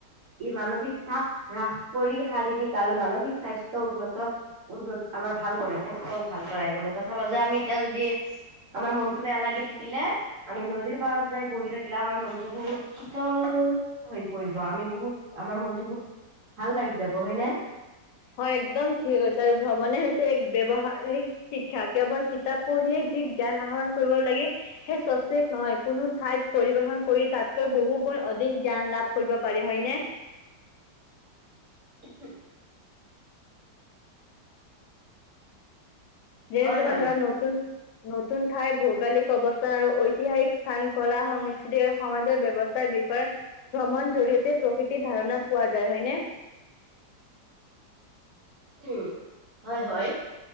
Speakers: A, on the right; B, on the left.
A: ই মানসিক চাপ হ্ৰাস কৰি শাৰীৰিক আৰু মানসিক স্বাস্থ্য উন্নত উন্নত আমাৰ ভাল কৰে, স্বাস্থ্য ভাল কৰাই যেনেকুৱা চাবা যে আমি এতিয়া যদি আমাৰ মনতটো বেয়া লাগি থাকিলে। আমি নদীৰ পাৰত যাই বহি থাকিলে আমাৰ মনতো বহুত শীতল হৈ পৰিব। আমি বহুত আমাৰ মনতো বহুত ভাল লাগি যাব হয় নে?
B: হয়, একদম ঠিক কৈছা আৰু ভ্ৰমণে হৈছে এক ব্যৱহাৰিক শিক্ষা কেৱল কিতাপ পঢ়িয়ে যি জ্ঞান আহৰণ কৰিব লাগে। সেই চটিক নহয় কোনো ঠাইত পৰিবেশন কৰি তাতকৈ বহু গুণ অধিক জ্ঞান লাভ কৰিব পাৰি হয়নে?
A: <inaudible>
B: যেনে
A: হয়
B: তোমাৰ
A: হয়
B: ধৰা নতুন নতুন ঠাই ভৌগলিক অৱস্থান আৰু ঐতিহাসিক স্থান ক'লা সংস্কৃতিৰে সমাজৰ ব্যৱস্থা ৰ বিষয়ে ভ্ৰমণ জৰিয়তে প্ৰকৃতিৰ ধাৰণা পোৱা যায় হয়নে?
A: উম, হয়, হয়।